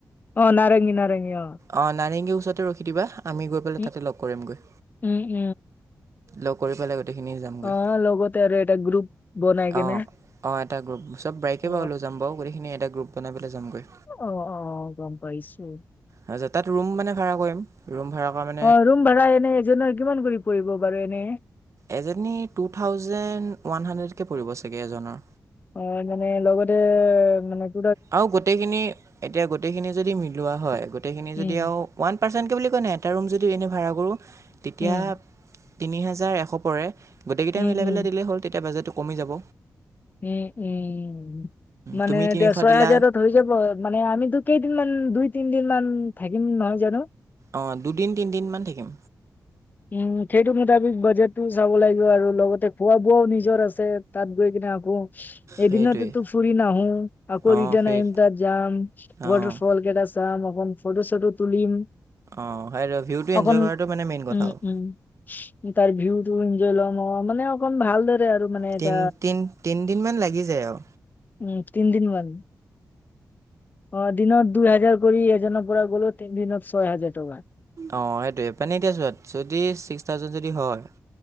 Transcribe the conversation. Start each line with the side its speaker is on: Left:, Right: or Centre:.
Left: অ' নাৰেঙ্গী নাৰেঙ্গী অ'।
Right: অ', নাৰেংগীৰ ওচৰতে ৰখি দিবা, আমি গৈ পেলাই
Left: উম
Right: তাতে লগ কৰিমগৈ।
Left: উম, উম।
Right: লগ কৰি পেলাই গোটেইখিনি যামগৈ
Left: অ', লগতে আৰু এটা গ্ৰুপ বনাই
Right: অঁ
Left: কেনে
Right: অঁ এটা গ্ৰুপ চব বাইকে
Left: অ
Right: লৈ যাম বাৰু, গোটেইখিনি এটা গ্ৰুপ বনাই যামগৈ।
Left: অ অ', গম পাইছো।
Right: তাৰপিছত তাত ৰোম মানে ভাড়া কৰিম। ৰোম ভড়া কৰা মা
Left: অ', ৰোম ভা়ড়া এনেই এজনৰ কিমান কৰি পৰিব বাৰু এনেই?
Right: এজনী টু থাউজেণ্ড ওৱান হাণ্ড্ৰেডকে পৰিব চাগে এজনৰ।
Left: অ', মানে লগতে মানে -
Right: আও গোটেইখিনি, এতিয়া গোটেইখিনি যদি মিলোৱা হয়, গোটেইখিনি
Left: উম,
Right: যদি আও - ওৱান পাৰ্চেন্টকে বুলি কয় নাই এটা ৰুম যদি এনেই ভাড়া কৰোঁ, তেতিয়া
Left: উম,
Right: - তিনি হেজাৰ এশ পৰে, গোটেইকেইটাই
Left: উম,
Right: মিলাই
Left: উম,
Right: পেলাই দি দিলেই হ'ল, তেতিয়া বাজেটটো কমি যাব।
Left: উম উম, মানে
Right: তুমি
Left: এতিয়া
Right: তিনিশ
Left: ছয়
Right: দিলা
Left: হাজাৰত - হৈ যাব। মানে আমিতো কেইদিন মান, দুই তিন দিন মান থাকিম নহয় জানো?
Right: অঁ, দুদিন, তিনদিনমান থাকিম।
Left: উম, সেইটো মতাবিক বাজেটটো চাব লাগিব আৰু লগতে খোৱা বোৱাও নিজৰ আছে, তাত গৈ কিনে - উম, এদিনতেতো
Right: সেইটোৱেই
Left: ফুৰি নাহো, আকৌ
Right: অঁ
Left: ৰিটাৰ্ণ
Right: সেই
Left: আহিম তাত যাম।
Right: অঁ
Left: ৱাটাৰফল কেইটা চাম, অকন ফটো চটো তুলিম।
Right: অ', সেইটোৱে ভিউটো এনজয়
Left: অকন
Right: কৰাটো মানে মেইন
Left: উম,
Right: কথা আও।
Left: উম, তাৰ ভিউটো এনজয় লম অ, মানে অকণ ভাল ধৰে আৰু। মানে এটা
Right: তিন, তিন, তিনদিনমান লাগি যায় আও।
Left: উম, তিনদিন লাগে। অ', দিনত দুই হাজাৰ কৰি, এজনৰ পৰা গ'লো তিনি দিনত ছয় হাজাৰ টকা।
Right: অঁ সেইটোৱে মানে এতিয়া চোৱা যদি ছিক্স থাউজেণ্ড যদি হয় -